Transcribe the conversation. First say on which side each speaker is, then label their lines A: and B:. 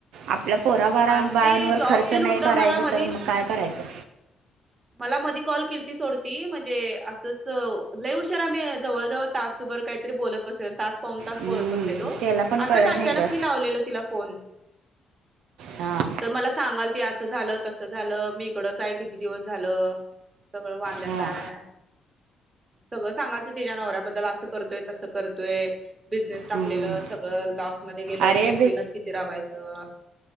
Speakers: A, on the right; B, on the right.
A: आपल्या पोरा बारा
B: आणि
A: बाळांवर
B: ते जॉब
A: खर्च
B: तेन
A: नाही
B: होतं
A: करायच
B: मला मधी
A: तर मग काय करायचं
B: मला मधी कॉल केलती सोड ती म्हणजे असंच लई हुशर आम्ही जवळ जवळ तासभर काहीतरी बोलत बसलेलो तास पाऊण तास
A: हम्म,
B: बोलत बसलेलो
A: त्याला पण कळत
B: असच अचानक
A: नाही ग
B: मी लावलेलो तिला फोन
A: हां
B: तर मला सांगाल ती असं झालं तसं झालं मी इकडंच आहे किती दिवस झालं सगळं वांद्यात
A: हां
B: आहे. सगळं सांगाल ते तिच्या नवऱ्याबद्दल असं करतोय तसं करतोय बिझनेस टाकलेलं
A: हम्म.
B: सगळं लॉस मध्ये गेलं
A: अरे
B: मी एकटीनच किती रावायचं